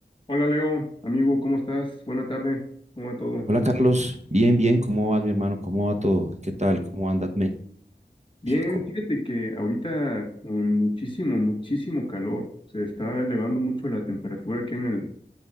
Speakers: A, on the left; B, on the right.
A: Hola Leo, amigo, ¿cómo estás? Buena tarde, ¿cómo va todo?
B: Hola Carlos, bien, bien, ¿cómo vas mi hermano? ¿Cómo va todo? ¿Qué tal? ¿Cómo anda
A: Bien,
B: México?
A: fíjate que ahorita con muchísimo, muchísimo calor, se está elevando mucho la temperatura aquí en el,